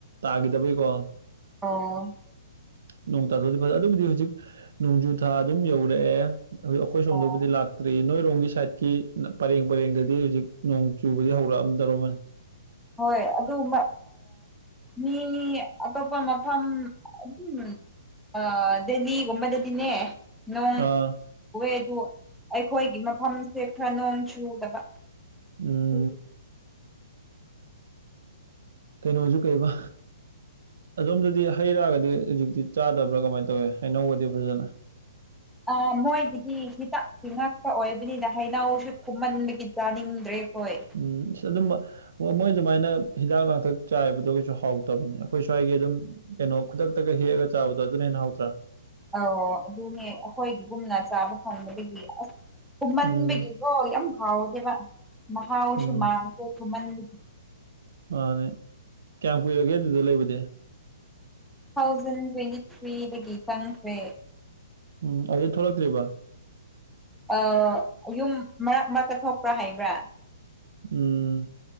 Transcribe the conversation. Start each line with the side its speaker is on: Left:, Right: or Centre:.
Right: ꯇꯥꯈꯤꯗꯕꯩꯀꯣ
Centre: ꯑꯣ
Right: ꯅꯣꯡ ꯇꯥꯊꯣꯛꯑꯗꯤ ꯐꯖꯩ ꯑꯗꯨꯕꯨꯗꯤ ꯍꯧꯖꯤꯛ ꯅꯣꯡꯖꯨ ꯊꯥ ꯑꯗꯨꯝ ꯌꯧꯔꯛꯑꯦ ꯍꯧꯖꯤꯛ ꯑꯩꯈꯣꯏ ꯁꯣꯝꯗꯕꯨꯗꯤ
Centre: ꯑꯣ
Right: ꯂꯥꯛ ꯇꯔꯤ ꯅꯣꯏꯔꯣꯝꯒꯤ ꯁꯥꯏꯠꯀꯤ ꯄꯔꯦꯡ ꯄꯔꯦꯡꯗꯗꯤ ꯍꯧꯖꯤꯛ ꯅꯣꯡ ꯆꯨꯕꯗꯤ ꯍꯧꯔꯛꯑꯝꯗꯧꯔꯃꯅꯤ
Centre: ꯍꯣꯏ ꯑꯗꯨ ꯑ ꯃꯤ ꯑꯇꯣꯞꯄ ꯃꯐꯝ ꯑꯗꯨꯝ ꯑ ꯗꯦꯜꯂꯤꯒꯨꯝꯕꯗꯗꯤꯅꯦ ꯅꯣꯡ
Right: ꯑꯥ
Centre: ꯆꯨꯋꯦ ꯑꯗꯨ ꯑꯩꯈꯣꯏꯒꯤ ꯃꯐꯝꯁꯦ ꯈꯔ ꯅꯣꯡ ꯆꯨꯗꯕ
Right: ꯎꯝ
Centre: ꯑꯩꯒꯤ
Right: ꯀꯩꯅꯣꯁꯨ ꯀꯩꯕ ꯑꯗꯣꯝꯗꯗꯤ ꯍꯩꯔꯒꯗꯤ ꯍꯧꯖꯤꯛꯇꯤ ꯆꯥꯗꯕ꯭ꯔꯥ ꯀꯃꯥꯏꯅ ꯇꯧꯌꯤ ꯍꯩꯅꯧꯒꯗꯤ ꯐꯖꯅ
Centre: ꯑ ꯃꯣꯏꯒꯤꯗꯤ ꯍꯤꯗꯥꯛꯀꯤ ꯉꯥꯛꯇ ꯑꯣꯏꯕꯅꯤꯅ ꯍꯩꯅꯧꯁꯨ ꯊꯨꯝꯃꯟꯕꯒꯤ ꯆꯥꯅꯤꯡꯗ꯭ꯔꯦ ꯈꯣꯏ
Right: ꯎꯝ ꯁꯏ ꯑꯗꯨꯝꯕ ꯃꯣꯏ ꯑꯗꯨꯃꯥꯏꯅ ꯍꯤꯗꯥꯛ ꯂꯥꯡꯊꯛ ꯆꯥꯏꯕꯗꯣ ꯀꯩꯁꯨ ꯍꯥꯎꯇꯕꯅꯦ ꯑꯩꯈꯣꯏ ꯁ꯭ꯋꯥꯏꯒꯤ ꯑꯗꯨꯝ ꯀꯩꯅꯣ ꯈꯨꯗꯛꯇꯒ ꯍꯦꯛꯑꯒ ꯆꯥꯎꯕꯗꯣ ꯑꯗꯨꯅ ꯍꯦꯟꯅ ꯍꯧꯗꯇꯔꯥ
Centre: ꯑꯎ ꯑꯗꯨꯅꯦ ꯑꯩꯈꯣꯏꯒꯨꯝꯅ ꯆꯥꯕ ꯐꯪꯕꯗꯒꯤ ꯑꯁ ꯊꯨꯝꯃꯟꯕꯒꯤ
Right: ꯎꯝ
Centre: ꯑꯣ ꯌꯥꯝ ꯍꯥꯎꯗꯦꯕ ꯃꯍꯥꯎꯁꯨ
Right: ꯎꯝ
Centre: ꯃꯥꯡꯈꯦ ꯊꯨꯝꯃꯟꯕꯒꯤ
Right: ꯃꯥꯅꯦ ꯀꯌꯥꯝ ꯀꯨꯏꯔꯒꯦ ꯑꯗꯨꯗ ꯂꯩꯕꯗꯤ
Centre: ꯇꯨ ꯊꯥꯎꯖꯟ ꯇ꯭ꯋꯦꯟꯇꯤ ꯊ꯭ꯔꯤꯗꯒꯤ ꯆꯪꯉꯛꯈ꯭ꯔꯦ
Right: ꯎꯝ ꯑꯗꯩ ꯊꯣꯛꯂꯛꯇ꯭ꯔꯤꯕꯣ
Centre: ꯑ ꯌꯨꯝ ꯃꯔꯛ ꯃꯔꯛꯇ ꯊꯣꯛꯄ꯭ꯔꯥ ꯍꯥꯏꯕ꯭ꯔꯥ
Right: ꯎꯝ